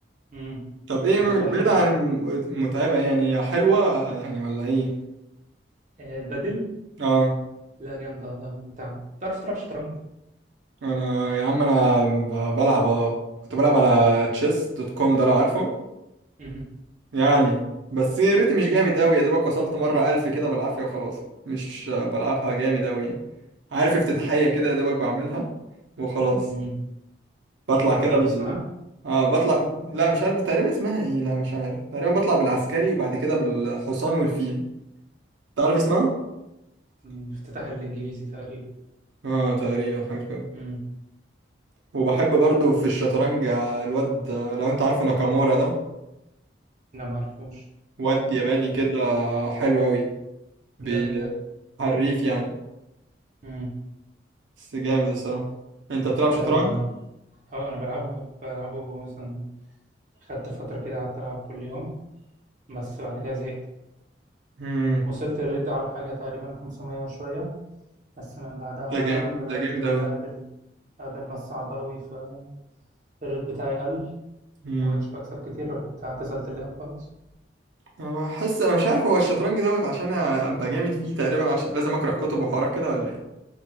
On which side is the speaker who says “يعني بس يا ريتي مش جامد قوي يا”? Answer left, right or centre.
Right